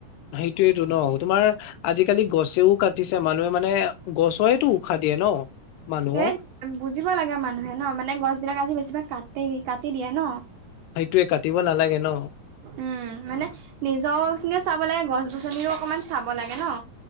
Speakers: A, on the left; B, on the right.
A: সেইটোয়ো ন তোমাৰ আজিকালি গছেও কাটিছে মানুহে মানে হয়েতো উশাহ দিয়ে ন। মানুহক
B: সেই বুজিব লাগে মানুহে ন মানে গছ বিলাক আজি বেছিভাগ কাটেই কাটি দিয়ে ন
A: সেইটয়ে কাটিব নালাগে ন
B: উম মানে নিজৰ খিনি চাব লাগে গছ গছ গননিও অকণমান চাব লাগে ন